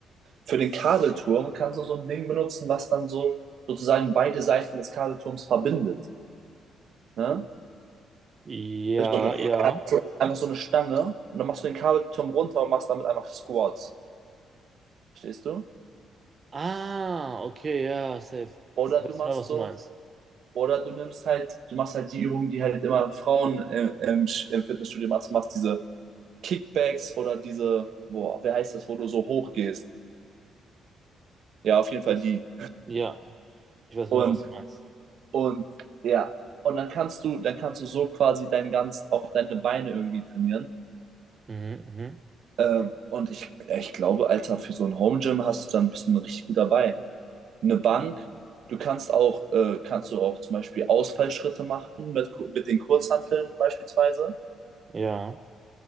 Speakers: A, on the right (about 65°); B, on the right (about 35°).
A: für den Kabelturm kannst du so ein Ding benutzen, was dann so sozusagen beide Seiten des Kabelturms verbindet. Ne?
B: Ja,
A: Ist So eine,
B: ja.
A: einfach so eine Stange und dann machst du den Kabelturm runter und machst damit einfach Squats. Verstehst du?
B: Ah, okay, ja, safe.
A: Oder
B: Ich weiß
A: du machst
B: genau, was
A: so
B: du meinst.
A: Oder du nimmst halt, du machst halt die Übungen, die halt immer Frauen äh, im, im Fitnessstudio machst, machst diese Kickbacks oder diese, boah, Wer heißt das, wo du so hoch gehst? Ja, auf jeden Fall
B: Ich,
A: die.
B: ja, ich weiß genau,
A: Und,
B: was du meinst.
A: und ja, und dann kannst du, dann kannst du so quasi dein ganz, auch deine Beine irgendwie trainieren.
B: Mhm, mhm,
A: Ähm, und ich, ja, ich glaube, Alter, für so ein Home Gym hast du dann bist du dann richtig gut dabei. Eine Bank, du kannst auch, äh, kannst du auch zum Beispiel Ausfallschritte machen mit, mit den Kurzhanteln beispielsweise,
B: ja.